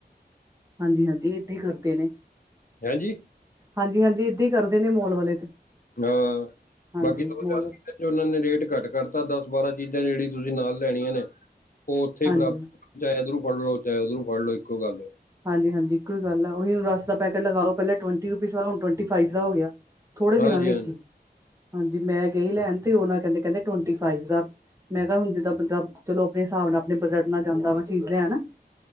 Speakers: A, on the right (about 15°); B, on the left (about 55°).
A: ਹਾਂਜੀ-ਹਾਂਜੀ ਏਦਾਂ ਹੀ ਕਰਦੇ ਨੇ।
B: ਹੈਂਜੀ
A: ਹਾਂਜੀ-ਹਾਂਜੀ ਏਦਾਂ ਹੀ ਕਰਦੇ ਨੇ, ਮੋਲ ਵਾਲੇ ਤੇ।
B: ਹਾਂ,
A: ਹਾਂਜੀ
B: ਬਾਕੀ ਦੋ
A: ਮੋਲ
B: ਚਾਰ ਸੀ। ਉਹਨਾਂ ਨੇ ਰੇਟ ਘੱਟ ਕਰਤਾ, ਦਸ ਬਾਰਾਂ ਚੀਜ਼ਾਂ ਜਿਹੜੀ ਤੁਸੀਂ, ਨਾਲ ਲੈਣੀਆਂ ਨੇ। ਉਹ ਉੱਥੇ ਹੀ
A: ਹਾਂਜੀ
B: ਬਰਾਬਰ, ਚਾਹੇ ਉਧਰੋਂ ਫੜ ਲੋ ਚਾਹੇ ਉਧਰੋਂ ਫੜ, ਲੋ ਇੱਕੋ ਗੱਲ ਹੈ।
A: ਹਾਂਜੀ, ਹਾਂਜੀ ਇੱਕੋ ਈ ਗੱਲ ਆ ਉਹੀ ਰਸ ਦਾ ਪੈਕਟ ਲਗਾ ਲੋ ਪੈਲੇ ਟਵਨਟੀ ਰੁਪੀਜ਼ ਦਾ ਹੁਣ ਟਵਨਟੀ ਫਾਈਵ ਦਾ ਹੋ ਗਿਆ ਗਿਆ। ਥੋੜੇ
B: ਹਾਂਜੀ
A: ਦਿਨਾਂ ਵਿੱਚ
B: ਹਾਂਜੀ
A: ਈ ਹਾਂਜੀ ਮੈਂ ਗਈ ਲੈਣ ਤੇ ਓ ਨਾ ਕੈਂਦੇ ਕੈਂਦੇ ਟਵਨਟੀ ਫਾਈਵ ਦਾ। ਮੈਂ ਕਿਆ ਹੁਣ ਜਿੱਦਾਂ ਬੰਦਾ ਚਲੋ ਆਪਣੇ ਹਿਸਾਬ ਨਾਲ ਆਪਣੇ ਬਜਟ ਨਾਲ ਜਾਂਦਾ ਵਾ। ਚੀਜ਼ ਲੈਣ,